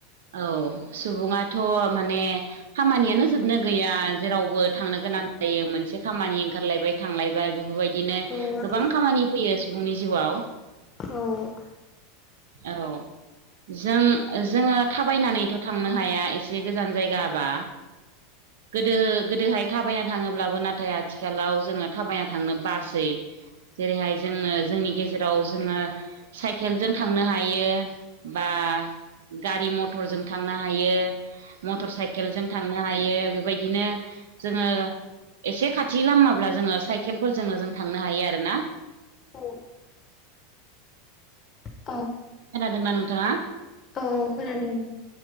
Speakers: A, on the right; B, on the left.
A: औ सुबुङाथ' माने खामानियानो जोबनो गैया जेरावबो थांनो गोनां जायो मोनसे खामानि ओंखारलायबाय थांलायबाय बे बेबायदिनो
B: औ औ नंगौ
A: गोबां खामानि फैयो सुबुंनि जिउआव।
B: औ
A: औ जों जोङो थाबायनानैथ' थांनो हाया एसे गोजान जायगाबा गोदो गोदोहाय थाबायना थाङोब्लाबो नाथाय आथिखालाव जोङो थाबायना थांनो बासै जेरैहाय जोङो जोंनि गेजेराव जोङो साइकेलजों थांनो हायो बा गारि मटरजों थांनो हायो मटर साइकेलजों थांनो हायो बेबाय दिनो जोङो एसे खा थि लामाब्ला जोङो साइकेलफोरजोंनो जों थांनो हायो आरो ना
B: औ औ
A: खोनादोंना नोंथाङा?
B: औ खोनादों।